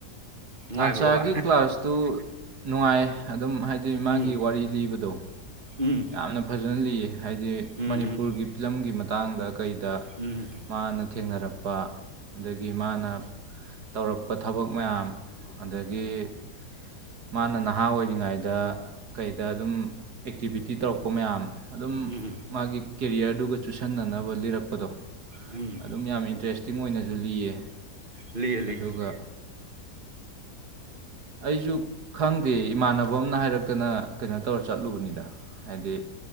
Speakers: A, on the right; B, on the right.
A: ꯅꯨꯡꯉꯥꯏꯕ꯭ꯔꯣꯕ
B: ꯂꯥꯟꯁꯥꯒꯤ ꯀ꯭ꯂꯥꯁꯇꯨ ꯅꯨꯡꯉꯥꯏ ꯑꯗꯨꯝ ꯍꯥꯏꯗꯤ ꯃꯥꯒꯤ
A: ꯎꯝ
B: ꯋꯥꯔꯤ ꯂꯤꯕꯗꯣ
A: ꯎꯝ
B: ꯌꯥꯝꯅ ꯐꯖꯅ ꯂꯤꯌꯦ ꯍꯥꯏꯗꯤ
A: ꯎꯝ
B: ꯃꯅꯤꯄꯨꯔꯒꯤ
A: ꯎꯝ
B: ꯐꯤꯂꯝꯒꯤ ꯃꯇꯥꯡꯗ ꯀꯩꯗ
A: ꯎꯝ
B: ꯃꯥꯅ ꯊꯦꯡꯅꯔꯛꯄ ꯑꯗꯒꯤ ꯃꯥꯅ ꯇꯧꯔꯛꯄ ꯊꯕꯛ ꯃꯌꯥꯝ ꯑꯗꯒꯤ ꯃꯥꯅ ꯅꯍꯥ ꯑꯣꯏꯔꯤꯉꯩꯗ ꯀꯩꯗ ꯑꯗꯨꯝ ꯑꯦꯛꯇꯤꯕꯤꯇꯤ ꯇꯧꯔꯛꯄ ꯃꯌꯥꯝ ꯑꯗꯨꯝ
A: ꯎꯝ
B: ꯃꯥꯒꯤ ꯀꯦꯔꯤꯌꯔꯗꯨꯒ ꯆꯨꯁꯟꯅꯅꯕ ꯂꯤꯔꯛꯄꯗꯣ
A: ꯎꯝ
B: ꯑꯗꯨꯝ ꯌꯥꯝꯅ ꯏꯟꯇꯔꯦꯁꯇꯦ ꯆꯤꯡ ꯑꯣꯏꯅꯁꯨ ꯂꯤꯌꯦ
A: ꯂꯤꯌꯦ ꯂꯤꯌꯦ
B: ꯑꯗꯨꯒꯥ ꯑꯩꯁꯨ ꯈꯪꯗꯦ ꯏꯃꯥꯟꯅꯕ ꯑꯃꯅ ꯍꯥꯏꯔꯛꯇꯅ ꯀꯩꯅꯣ ꯇꯧꯔ ꯆꯠꯂꯨꯕꯅꯤꯗ ꯍꯥꯏꯗꯤ